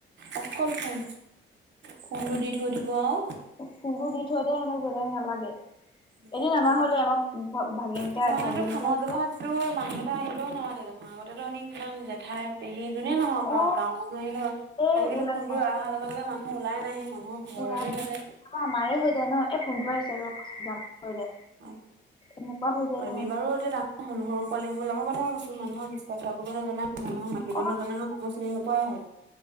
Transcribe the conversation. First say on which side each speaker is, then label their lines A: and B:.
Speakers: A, on the right (about 60°); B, on the left (about 25°).
A: অকল ফোন, ফোনটো দি <unintelligible>
B: ফোনটো দি থৈ দে সিহঁতক বেলেগ নালাগে।
A: উ
B: এদিন
A: কিছুমানে,
B: আমাৰ ঘৰলে আমাৰ ভাগিন এটা
A: কিছুমানে
B: ভাগিনটো
A: ফোনৰ
B: আহিছে
A: জহতটো মানুহ এটা আহিলেও নামাতে দেখোন আগতেটো আমি কিমান জেঠাই পেহী যোনেই নহওক
B: অ
A: আও গাঁৱৰ মানুহ আহিলে হ'ল
B: এই
A: আজিকালি
B: ওলাই
A: ফোনটে
B: যাওঁ
A: অহাৰ লগে লগে মানুহ ওলাই নাহে মানুহৰ ঘৰলে
B: ওলাই
A: নাযায়
B: আমাৰ হৈ যায় ন এই ফোনটো আহিছে পাছত যাম। থৈ দে
A: অ
B: এনেকুৱা হৈ যায়গে
A: আমি
B: মানে
A: বাৰু এতিয়া ডাঙৰ হ'লো সৰু পোৱালি লগ কথা কৈছো মানুহক শিষ্টাচাৰ কৰিব নজনা মানুহক মাতিব
B: অ
A: নাজনা মানুহ চিনি নোপাৱা হ'ল।